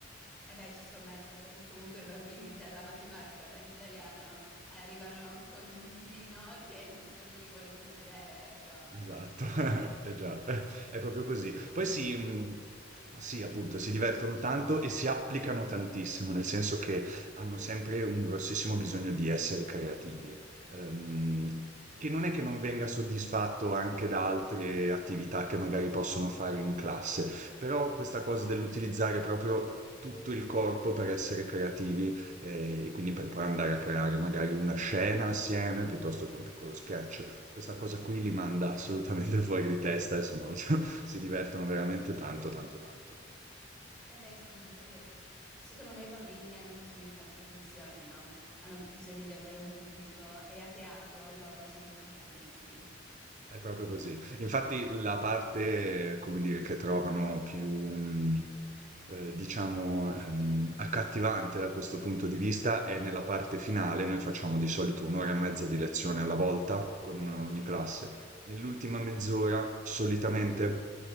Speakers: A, in the centre; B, on the right.
A: E beh, ci scommetto, perché comunque i bambini dalla matematica o dall'italiano arrivano con un visino che <laughs> nessuno li vuole più vedere, ecco.
B: Esatto, <laughs> eh già, <laughs> è proprio così. Poi si, mhmm, sì, appunto, si divertono tanto e si applicano tantissimo, nel senso che hanno sempre un grossissimo bisogno di essere creativi, ehm, che non è che non venga soddisfatto anche da altre attività che magari possono fare in classe, però questa cosa dell'utilizzare proprio tutto il corpo per essere creativi, ehm, e quindi per poi andare a creare magari una scena assieme, piuttosto che un piccolo sketch, questa cosa qui li manda assolutamente <laughs> fuori di testa, adesso non lo so, <laughs> si divertono veramente tanto, tanto, tanto.
A: Eh beh sì, perché secondo me i bambini hanno bisogno di tanta attenzione, no? Hanno bisogno di avere un pubblico e a teatro loro sono i protagonisti.
B: È proprio così. Infatti la parte, come dire, che trovano più, mh, eh, diciamo, ehm, accattivante da questo punto di vista è nella parte finale. Noi facciamo di solito un'ora e mezza di lezione alla volta con ogni classe. Nell'ultima mezz'ora solitamente